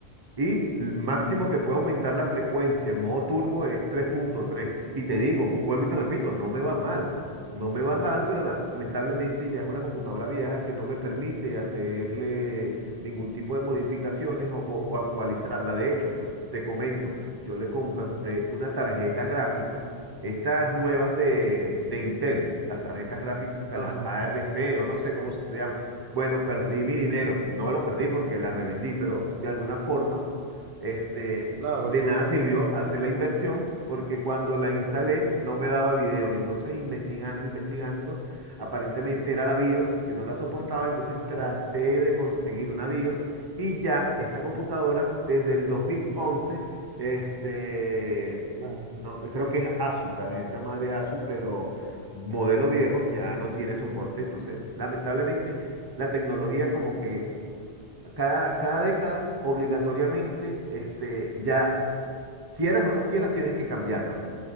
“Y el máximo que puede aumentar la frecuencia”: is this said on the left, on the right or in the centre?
Right